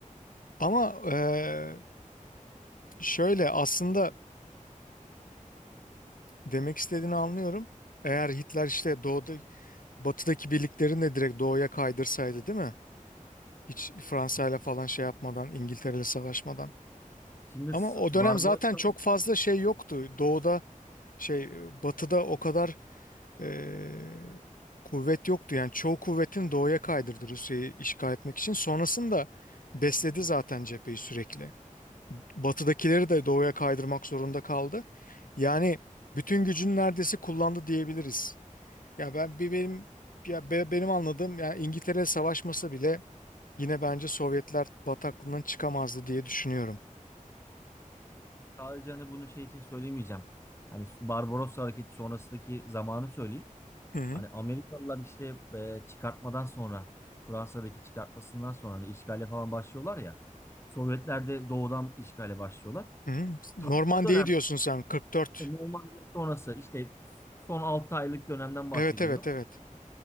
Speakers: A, on the left (about 80°); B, on the left (about 20°).
A: Ama eee, şöyle aslında demek istediğini anlıyorum. Eğer Hitler işte doğuda, batıdaki birliklerini de direkt doğuya kaydırsaydı değil mi? Hiç Fransa ile falan şey yapmadan, İngiltere ile savaşmadan.
B: Şimdi
A: Ama
B: S-
A: o
B: Barbaros'tan
A: dönem zaten çok fazla şey yoktu. Doğuda şey batıda o kadar e, kuvvet yoktu. Yani çoğu kuvvetini doğuya kaydırdı Rusya'yı işgal etmek için. Sonrasında besledi zaten cepheyi sürekli. Batıdakileri de doğuya kaydırmak zorunda kaldı. Yani bütün gücünü neredeyse kullandı diyebiliriz. Ya ben bir benim ya be- benim anladığım yani İngiltere savaşması bile yine bence Sovyetler bataklığından çıkamazdı diye düşünüyorum.
B: eee, sadece hani bunu şey için söylemeyeceğim. Hani Barbaros hareketi sonrasındaki zamanı söyleyeyim.
A: Hı hı.
B: Hani Amerikalılar işte e, çıkartmadan sonra Fransa'daki çıkartmasından sonra hani işgale falan başlıyorlar ya. Sovyetler de doğudan işgale başlıyorlar.
A: Hı hı. Normandiya'yı
B: Tam o dönem
A: diyorsun sen 44.
B: işte Normandiya sonrası işte son 6 aylık dönemden bahsediyorum.
A: Evet evet evet.